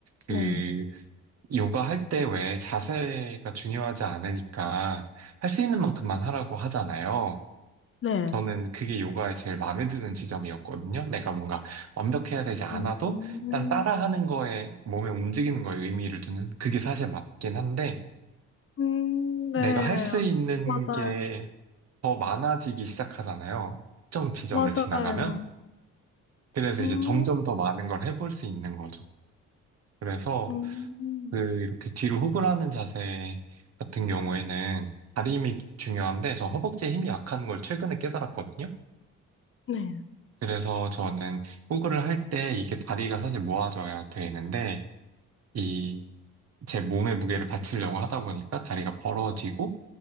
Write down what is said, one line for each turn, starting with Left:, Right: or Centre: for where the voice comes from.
Right: 그,
Left: 네.
Right: 요가 할 때 왜 자세가 중요하지 않으니까 할 수 있는 만큼만 하라고 하잖아요.
Left: 네.
Right: 저는 그게 요가의 제일 마음에 드는 지점이었거든요. 내가 뭔가 완벽해야 되지 않아도
Left: 음,
Right: 일단 따라하는 거에 몸에 움직이는 거에 의미를 두는 그게 사실 맞긴 한데
Left: 음,
Right: 내가
Left: 네.
Right: 할 수 있는
Left: 맞아요.
Right: 게 더 많아지기 시작하잖아요. 특정 지점을
Left: 맞아요.
Right: 지나가면. 그래서
Left: 음,
Right: 이제 점점 더 많은 걸 해볼 수 있는 거죠. 그래서
Left: 음.
Right: 그 이렇게 뒤로 호흡을 하는 자세 같은 경우에는 다리 힘이 중요한데 저 허벅지에 힘이 약한 걸 최근에 깨달았거든요.
Left: 네.
Right: 그래서 저는 호흡을 할 때 이게 다리가 사실 모아져야 되는데 이 제 몸의 무게를 받치려고 하다 보니까 다리가 벌어지고